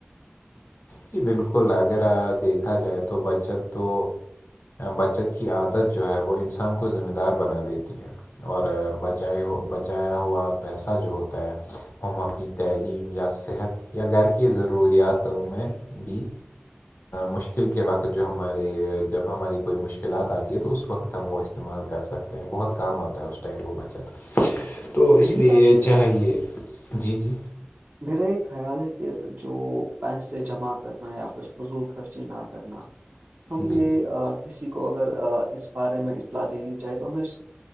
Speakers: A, on the left; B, on the right.
A: ج بالکل اگر دیکھا جائے تو بچت تو بچت کی عادت جو ہے وہ انسان کو ذمہ دار بنا دیتی ہے اور بچت چ ہو بچایا ہوا پیسہ جو ہوتا ہے ہم اپنی تعلیم یا صحت یا گھر کی ضروریاتوں میں بھی مشکل کے وقت جو ہماری جب ہماری کوئی مشکلات آتی ہے تو اس وقت ہم وہ اس استعمال کر سکتے ہیں بہت کام آتا ہے اس ٹائم وہ بچت تو اس
B: میرا
A: لیے
B: یہ
A: چاہیے جی جی
B: میرا یہ خیال ہے کہ جو پیسے جمع کرنا یا پھر فضول خرچی نہ کرنا ہم
A: جی
B: نے کسی کو اگر اس بارے میں اطلاع دینی چاہے تو ہمیں